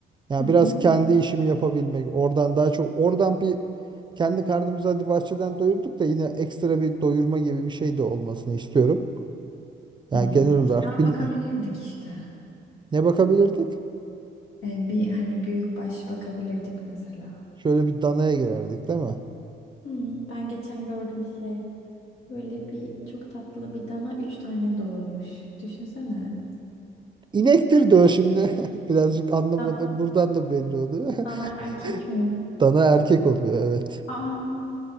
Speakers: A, on the right; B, on the left.
A: Ya
B: Hı hı.
A: biraz kendi işimi yapabilmek. Oradan daha çok oradan bir kendi karnımızı hadi bahçeden doyurduk da yine ekstra bir doyurma gibi bir şey de olmasını istiyorum. Yani
B: Hmm.
A: genel olarak
B: Hemen
A: bil-
B: bakabilirdik işte.
A: ne bakabilirdik?
B: Ee, bir hani büyük baş bakabilirdik mesela.
A: Şöyle bir danaya girerdik değil mi?
B: Hmm, ben geçen gördüm şey. Böyle bir çok tatlı bir dana üç tane doğurmuş. Düşünsene.
A: İnektir diyor şimdi. <laughs> Birazcık anlamadım.
B: Dan-
A: Buradan da belli oluyor.
B: Dana
A: <laughs>
B: erkek mi?
A: Dana erkek oluyor evet.
B: Aa,